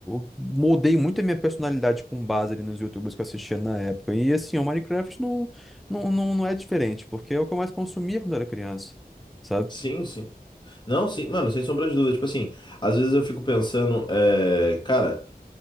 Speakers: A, in the centre; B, on the left.
A: eu moldei muito a minha personalidade com base ali nos youtubers que eu assistia na época. E assim, o Minecraft não, não, não, não é diferente, porque é o que eu mais consumia quando era criança, sabe?
B: Sim, sim. Não, sim, mano, sem sombra de dúvida. Tipo assim, às vezes eu fico pensando, é, cara,